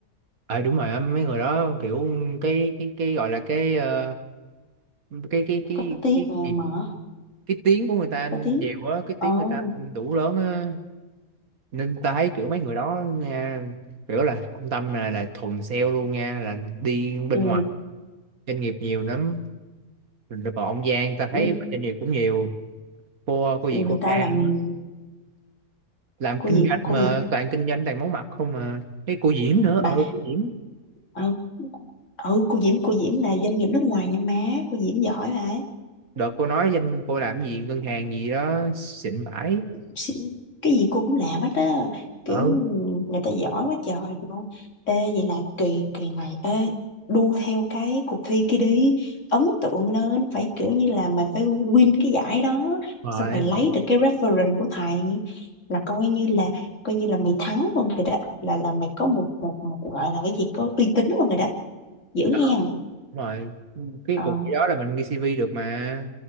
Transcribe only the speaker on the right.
ờ đúng rồi á, mấy người đó kiểu cái cái cái gọi là cái ờ, cái cái cái
cái
cái,
cái, tiếng của người ta
nhiều quá cái
tiếng người ta đủ lớn á nên ta thấy kiểu mấy người đó nha kiểu là ông Tâm là là thuần sale luôn nha là đi bên
ngoài doanh nghiệp nhiều lắm rồi còn ông Giang ta thấy
bên doanh nghiệp cũng nhiều cô cô gì
cô
Khang
làm
kinh
doanh
mà
toàn kinh doanh toàn món mặt không mà cái cô Diễm nữa
ừ cô Diễm
đợt cô nói danh cô làm gì ngân hàng gì đó xịn bãi
ừ
rồi
Ờ,
đúng rồi cái
cục cái đó là mình ghi CV được mà